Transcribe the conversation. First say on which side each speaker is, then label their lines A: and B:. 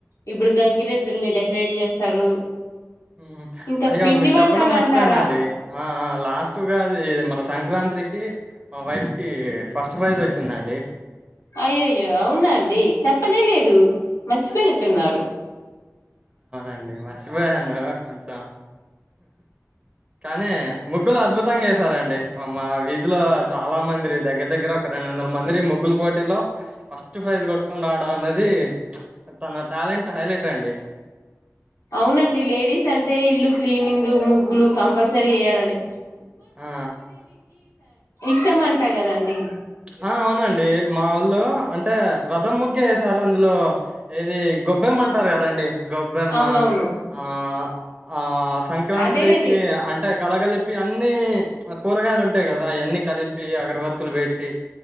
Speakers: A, on the left; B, on the right.
A: ఇప్పుడు గంగిరెద్దుల్ని డెకరేట్ చేస్తారు
B: మ్మ్
A: ఇంకా
B: అయ్యో
A: పిండి
B: మీకు
A: వంటలు
B: చెప్పడం మర్చిపోయానండి
A: అంటారా
B: ఆ లాస్ట్ ఉగాది మన సంక్రాంత్రి కీ మా వైఫ్ కి ఫస్ట్ ప్రైజ్ వచ్చిందండి
A: అయ్యయ్యో అవున అండి చెప్పనే లేద్ దు మర్చిపోయినట్టున్నారు
B: అండి మర్చిపోయాను కొంచెం కానీ ముగ్గులు అద్భుతంగా వేశారండి మా వీధులో చాలా మందిరి దగ్గర దగ్గర ఒక రెండు వందల మంది ముగ్ ముగ్గుల పోటీలో ఫస్ట్ ప్రైజ్ కొట్టుకొని రావడం అనేది అది తన టాలెంట్ హైలైట్ అండి
A: అవునండి లేడీస్ అంటే ఇల్లు క్లీనింగ్ ముగ్గులు కంపల్సరీ వెయ్యాలండి
B: ఆ
A: ఇష్టం అంట కదండి
B: ఆ అవునండి మా వొళ్ళు అంటే రథం ముగ్గు వేశారు అందులో ఏది గొబ్బెమ్మ అంటారు కదండి గొబ్బెమ్మ
A: అవునవును
B: ఆ ఆ సంక్రాంత్రికి
A: అదేలేండి
B: అంటే కలగలిపి అన్ అన్ని కూరగాయలు ఉంటాయి కదా ఆయన్ని కలిపి అగరవత్తులు పెట్టి